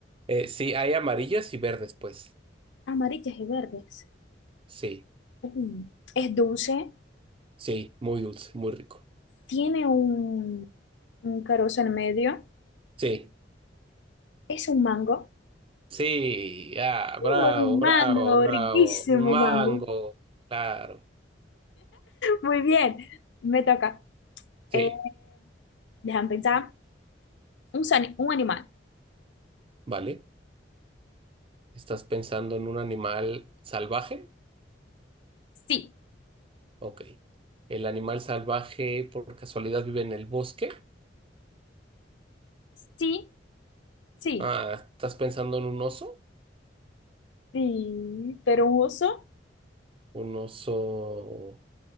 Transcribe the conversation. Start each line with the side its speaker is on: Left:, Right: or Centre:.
Right: Eh, sí, hay amarillas y verdes, pues.
Left: Amarillas y verdes.
Right: Sí,
Left: Mm, es dulce,
Right: sí, muy dulce, muy rico.
Left: tiene un, un carozo en medio.
Right: Sí,
Left: Es un mango.
Right: sí, ah,
Left: Uh,
Right: bravo,
Left: es un
Right: bravo,
Left: mango,
Right: bravo.
Left: riquísimo
Right: Un mango,
Left: mango.
Right: claro.
Left: Muy bien, me toca.
Right: Sí,
Left: Eh, déjame pensar. Un, sani- un animal.
Right: vale. ¿Estás pensando en un animal salvaje?
Left: Sí,
Right: Ok. ¿El animal salvaje por casualidad vive en el bosque?
Left: sí. Sí,
Right: Ah, ¿estás pensando en un oso?
Left: sí, pero un oso,
Right: Un oso,